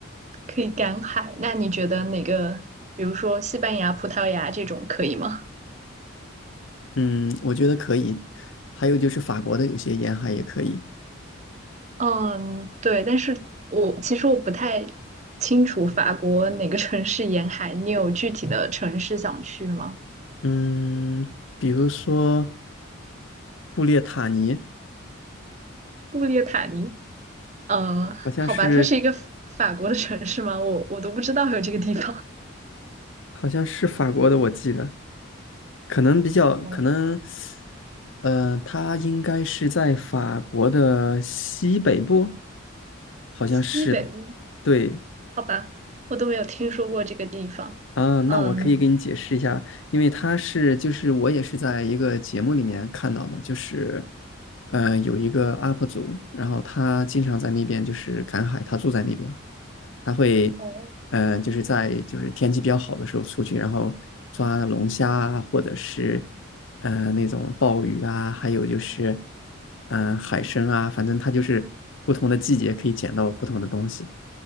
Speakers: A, on the right; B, on the left.
A: 可以赶海，那你觉得哪个，比如说西班牙、葡萄牙这种可以吗？
B: 嗯，我觉得可以。还有就是法国的有些沿海也可以。
A: 嗯，对，但是我其实我不太清楚法国哪个城市沿海，你有具体的城市想去吗？
B: 嗯，比如说布列塔尼，
A: 布列塔尼？嗯，
B: 好像是
A: 好吧，它是一个法法国的城市吗？我我都不知道有这个地方。
B: 好像是法国的，我记得。可能比较可能，
A: <laughs> 哦，
B: 呃，他应该是在法国的西北部，好像是的。
A: 西北部？
B: 对
A: 好吧，我都没有听说过这个地方。
B: 啊，那我可以给你解释一下，
A: 嗯，
B: 因为他是就是我也是在一个节目里面看到的，就是呃有一个 UP 主，然后他经常在那边就是赶海，他住在那边，他会，
A: 哦，
B: 嗯，就是在就是天气比较好的时候出去，然后抓龙虾啊，或者是呃那种鲍鱼啊，还有就是嗯呃海参啊，反正它就是不同的季节可以捡到不同的东西，